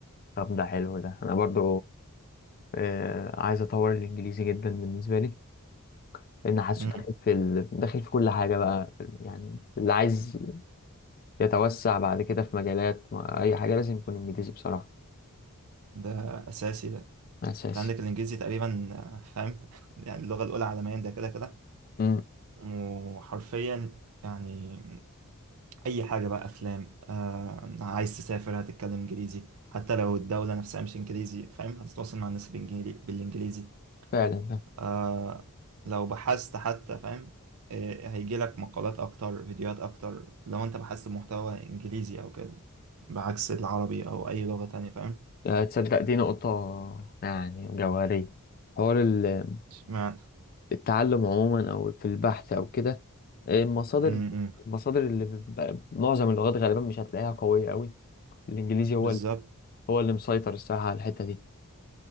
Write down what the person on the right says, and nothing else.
مم.
ده أساسي ده
انت عندك الإنجليزي تقريبا آه، فاهم <laughs> يعني اللغة الأولى عالميا ده كده كده
وحرفيا يعني اي حاجه بقى افلام آه عايز تسافر هتتكلم انجليزي حتى لو الدوله نفسها مش انجليزي فاهم هتتواصل مع الناس بالإنجلي- بالانجليزي
آه لو بحثت حتى فاهم آه هيجي لك مقالات اكتر فيديوهات اكتر لو انت بحثت بمحتوى انجليزي او كده بعكس العربي او اي لغه تانية فاهم
اشمعنى
م- م.
بالظبط